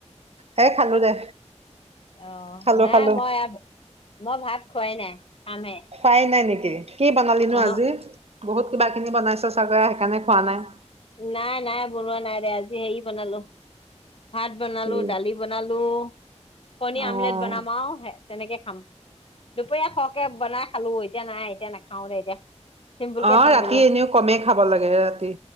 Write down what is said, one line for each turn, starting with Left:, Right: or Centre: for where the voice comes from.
Right: হেই খালো দে।
Left: অ
Right: খালো
Left: নাই
Right: খালো
Left: মই, মই ভাত খোৱাই নাই। খামহে
Right: খোৱাই নাই নকি? <unintelligible> কি বানালি নো
Left: অহ
Right: আজি? বহুত কিবা কিনি বনাইছে চাগে সেইকাৰণে খোৱা নাই।
Left: নাই নাই বনোৱা নাই ৰে আজি সেই বনালো ভাত বনালো,
Right: কি
Left: দালি বনালো। কনি
Right: অ'
Left: আমলেট বনাম আৰু শেষ তেনেকে খাম, দুপৰীয়া খৰকে বনাই খালো এতিয়া নাই, এতিয়া নাখাও দে এতিয়া। চিম্পুল কে
Right: অ
Left: খাম
Right: ৰাতি
Left: বোলো
Right: এনেও কমেই খাব লাগে ৰাতি।